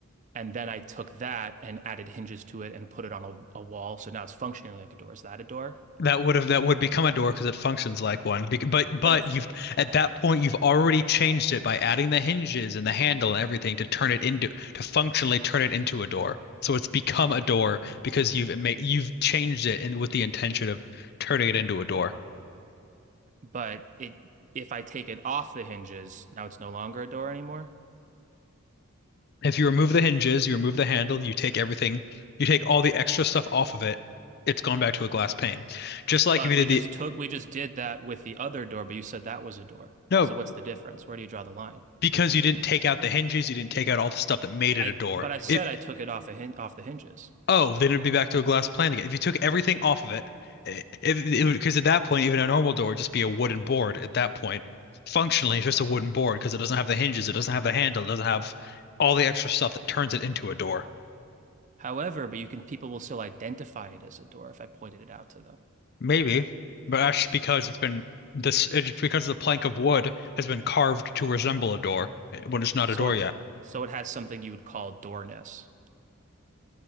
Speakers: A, on the right; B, on the left.
A: and then I took that and added hinges to it and put it on a, a wall, so now it's functioning like a door. Is that a door?
B: That would have that would become a door because it functions like one. But but
A: But if
B: you've at that point you've already changed it by adding the hinges and the handle and everything to turn it into to functionally turn it into a door. So it's become a door because you've made you've changed it and with the intention of turning it into a door.
A: but it if I take it off the hinges, now it's no longer a door anymore.
B: If you remove the hinges, you remove the handle, you take everything, you take all the extra stuff off of it, it's gone back to a glass pane. Just like
A: But
B: if you did
A: we just
B: the
A: took, we just did that with the other door, but you said that was a door.
B: no,
A: So what's the difference? Where do you draw the line?
B: because you didn't take out the hinges, you didn't take out all the stuff that made it
A: I,
B: a door.
A: but I said
B: It
A: I took it off a hin off the hinges.
B: oh, then it'd be back to a glass plane again. If you took everything off of it, it because at that point, even a normal door would just be a wooden board. At that point, functionally, it's just a wooden board because it doesn't have the hinges, it doesn't have the handle, it doesn't have all the extra stuff that turns it into a door.
A: However, but you can, people will still identify it as a door if I pointed it out to them.
B: Maybe, but that's because it's been this it's because the plank of wood has been carved to resemble a door eh, when it's not
A: So
B: a door
A: it,
B: yet.
A: so it has something you would call doorness.